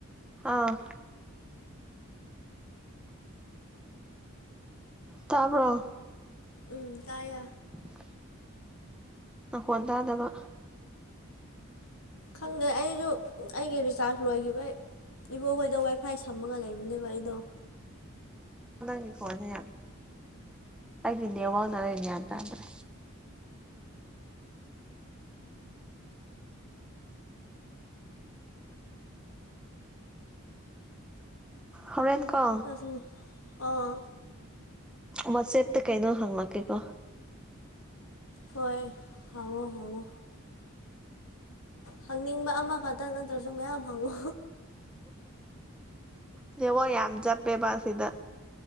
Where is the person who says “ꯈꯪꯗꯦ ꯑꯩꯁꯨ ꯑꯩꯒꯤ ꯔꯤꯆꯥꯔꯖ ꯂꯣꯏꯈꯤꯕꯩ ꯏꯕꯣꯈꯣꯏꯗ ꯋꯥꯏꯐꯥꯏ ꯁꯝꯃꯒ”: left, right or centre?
Left